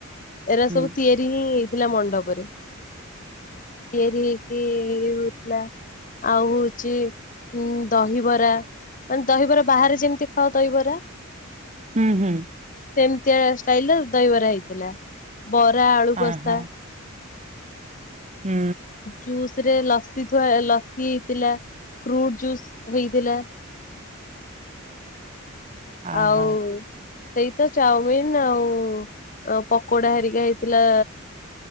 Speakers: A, on the left; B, on the right.
A: ଏରା
B: ହୁଁ।
A: ସବୁ ତିଆରି ହିଁ ହେଇଥିଲା ମଣ୍ଡପରେ। ତିଆରି ହେଇକିି ଆଉ ହଉଚି ଉଁ ଦହିବରା। ମାନେ ଦହିବରା ବାହାରେ ଯେମିତି ଖାଅ ଦହିବରା।
B: ହୁଁ ହୁଁ।
A: ସେମିତିଆ ଷ୍ଟାଇଲର ଦହିବରା ହେଇଥିଲା ବରା ଆଳୁ
B: ଆହା
A: କଷା।
B: ହୁଁ।
A: ଜୁସ ରେ ଲସି ଥୁଆ ଲସି ହେଇଥିଲା ଫ୍ରୁଟ ଜୁସ୍ ହେଇଥିଲା। ଆଉ
B: ଆହା
A: ସେଇ ତ ଚାଉମିିନ ଆଉ ପକୋଡା ହେରିକା ହେଇଥିଲା।